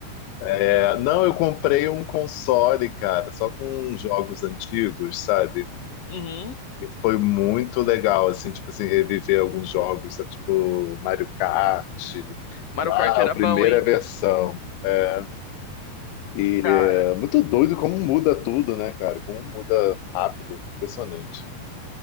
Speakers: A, on the left (about 75°); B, on the left (about 40°).
A: É, não, eu comprei um console, cara, só com jogos antigos, sabe?
B: Uhum.
A: E foi muito legal, assim, tipo assim, reviver alguns jogos, sabe? tipo Mario Kart,
B: Mario
A: lá,
B: Kart era
A: a primeira
B: bom, hein?
A: versão. É, e
B: Cara,
A: é muito doido como muda tudo, né, cara? Como muda rápido, impressionante.